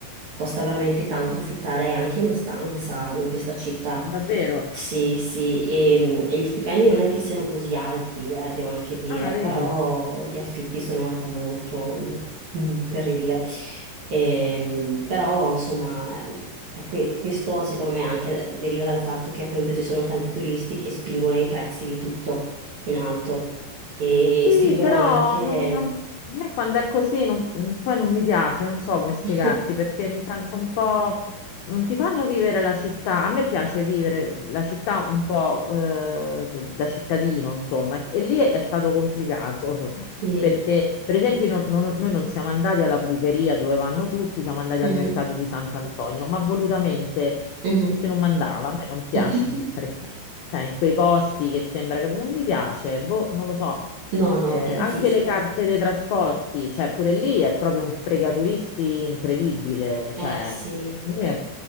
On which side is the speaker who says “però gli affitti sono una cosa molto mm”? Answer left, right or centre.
Right